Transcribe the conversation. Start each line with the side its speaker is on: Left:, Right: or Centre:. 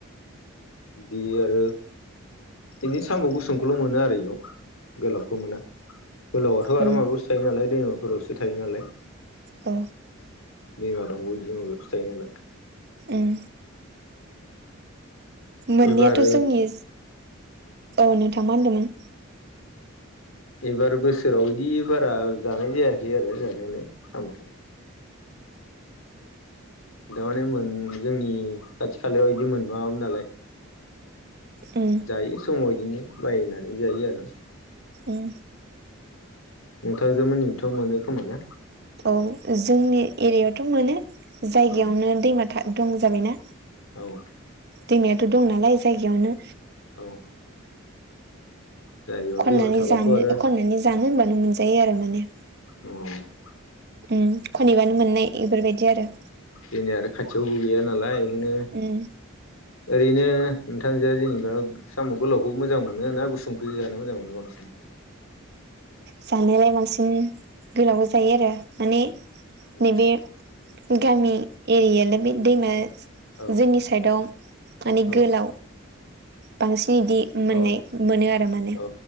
Left: बिदि आरो बिदिनो साम' गुसुंखौल' मोनो आरो इयाव गोलावखौ मोना। गोलावआ थ'
Right: उम
Left: आरो माबायावसो थायो नालाय दैमाफोरावसो थायो नालाय।
Right: अ।
Left: दैमा दंग बिदि माबायावसो थायो नालाय।
Right: उम मोननायाथ'
Left: एबार
Right: जोंनि औ नोंथां मा होनदोंमोन।
Left: एबार बोसोराव बिदि बारा जानाय जायाखै आरो जानायालाय साम'खौ। थारमाने मोन जोंनि खाथि खालायाव बिदि मोनबाङामोन नालाय।
Right: उम
Left: जायो समाव इदिनो बायनानै जायो आरो।
Right: उम
Left: नोंथांजों मोनिथ' मोनो खोमा ना।
Right: औ जोंनि एरियायावथ' मोनो जायगायावनो
Left: उम
Right: दैमा था दं जाबायना।
Left: औ।
Right: दैमायाथ' दं नालाय जायगायावनो
Left: औ। जायगायाव
Right: खननानै
Left: दैमा थाबाथ'
Right: जानो
Left: आरो
Right: खननानै जानो होनबानो मोनजायो आरो माने
Left: औ।
Right: उ खनैबानो मोननाय इफोरबायदि आरो।
Left: जोंनिया आरो खाथियावबो गैया नालाय बेखायनो
Right: ओम।
Left: ओरैनो नोंथांजोआ जेनेबा साम' गोलावखौ मोजां मोनो ना गुसुंखौ जानो मोजां मोनो बांसिन।
Right: जानायलाय बांसिन गोलाव जायो आरो माने
Left: उम
Right: नैबे गामि एरियालाय बे दैमा
Left: औ
Right: जोंनि साइदआव माने
Left: औ
Right: गोलाव बांसिन इदि मोननाय
Left: औ
Right: मोनो आरो माने
Left: औ